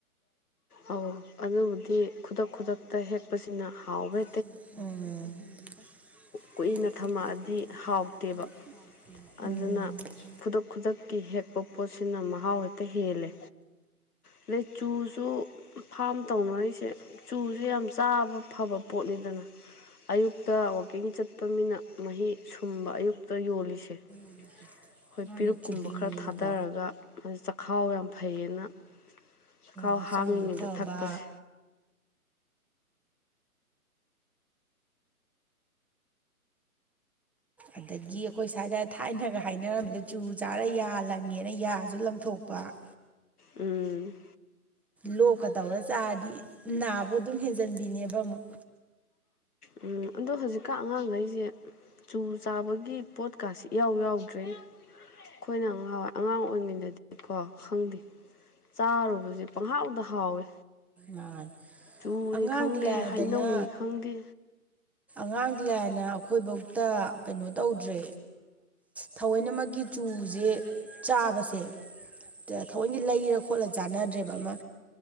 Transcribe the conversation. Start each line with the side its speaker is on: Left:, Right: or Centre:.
Left: ꯑꯧ ꯑꯗꯨꯕꯨꯗꯤ ꯈꯨꯗꯛ ꯈꯨꯗꯛꯇ ꯍꯦꯛꯄꯁꯤꯅ ꯍꯥꯎꯋꯦ
Centre: ꯑꯗꯨꯅ ꯍꯜꯂꯤꯕꯅꯁꯨ
Left: ꯀꯨꯏꯅ
Centre: ꯀꯨꯏꯅ
Left: ꯊꯝꯃꯛꯑꯗꯤ ꯍꯥꯎꯇꯦꯕ
Centre: ꯊꯝꯃꯛꯑꯗꯤ ꯎꯝ
Left: ꯑꯗꯨꯅ ꯈꯨꯗꯛ ꯈꯨꯗꯛꯀꯤ ꯍꯦꯛꯄ ꯄꯣꯠꯁꯤꯅ ꯃꯍꯥꯎ ꯍꯦꯛꯇ ꯍꯦꯜꯂꯦ ꯑꯗꯩ ꯆꯨ ꯆꯨ ꯐꯥꯝ ꯇꯧꯅꯔꯤꯁꯦ ꯆꯨꯁꯦ ꯌꯥꯝ ꯆꯥꯕ ꯐꯕ ꯄꯣꯠꯅꯤꯗꯅ ꯑꯌꯨꯛꯇ ꯋꯥꯋꯀꯤꯡ ꯆꯠꯄ ꯃꯤꯅ ꯃꯍꯤ ꯁꯨꯝꯕ ꯑꯌꯨꯛꯇ ꯌꯣꯜꯂꯤꯁꯦ
Centre: ꯎꯝ
Left: ꯑꯩꯈꯣꯏ
Centre: ꯃꯥꯅ
Left: ꯄꯤꯔꯨꯛꯀꯨꯝꯕ
Centre: ꯆꯉꯨꯀꯣ
Left: ꯈꯔ ꯊꯥꯗꯔꯒ ꯆꯥꯛꯈꯥꯎ ꯌꯥꯝ ꯐꯩꯌꯦꯅ ꯆꯥꯛꯈꯥꯎ
Centre: ꯍꯛꯆꯥꯡꯁꯨ
Left: ꯍꯥꯡꯉꯤꯉꯩꯗ
Centre: ꯐꯕ
Left: ꯊꯛꯄꯁꯦ
Centre: ꯑꯗꯒꯤ ꯑꯩꯈꯣꯏ ꯁ꯭ꯋꯥꯏꯗ ꯊꯥꯏꯅꯒ ꯍꯥꯏꯅꯔꯝꯃꯤꯗ ꯆꯨ ꯆꯥꯔ ꯌꯥ ꯂꯪꯉꯦꯅ ꯌꯥꯁꯨ ꯂꯪꯊꯣꯛꯄ ꯎ
Left: ꯎꯝ
Centre: ꯂꯣꯛꯀ ꯇꯧꯔ ꯆꯥꯔꯗꯤ ꯅꯥꯕꯨ ꯑꯗꯨꯝ ꯍꯦꯟꯖꯟꯕꯤꯅꯦꯕ ꯑꯃꯨꯛ
Left: ꯎꯝ ꯑꯗꯣ ꯍꯧꯖꯤꯛꯀ ꯑꯉꯥꯡꯈꯩꯁꯦ ꯆꯨ ꯆꯥꯕꯒꯤ ꯄꯣꯠꯀꯥꯁ ꯏꯌꯥꯎ ꯌꯥꯎꯗ꯭ꯔꯦ ꯑꯩꯈꯣꯏꯅ ꯉꯍꯥꯎꯋꯥꯏ ꯑꯉꯥꯡ ꯑꯣꯏꯔꯤꯉꯩꯗꯗꯤꯀꯣ ꯈꯪꯗꯦ ꯆꯥꯔꯨꯕꯁꯦ ꯄꯪꯍꯥꯎꯗ ꯍꯥꯎꯋꯤ
Centre: ꯃꯥꯅꯦ
Left: ꯇꯨꯅꯤ
Centre: ꯑꯉꯥꯡꯒꯤ
Left: ꯈꯪꯗꯦ
Centre: ꯂꯥꯏꯗꯅ
Left: ꯍꯩꯅꯧꯅꯤ ꯈꯪꯗꯦ
Centre: ꯑꯉꯥꯡꯗꯤꯂꯥꯏꯅ ꯑꯩꯈꯣꯏꯐꯧꯇ ꯀꯩꯅꯣ ꯇꯧꯗ꯭ꯔꯦ ꯊꯑꯣꯏꯅꯃꯛꯀꯤ ꯆꯨꯖꯦ ꯆꯥꯕꯁꯦ ꯊꯑꯣꯟꯗꯤ ꯂꯩꯔ ꯈꯣꯠꯂ ꯆꯥꯟꯅꯗ꯭ꯔꯦꯕ ꯑꯃ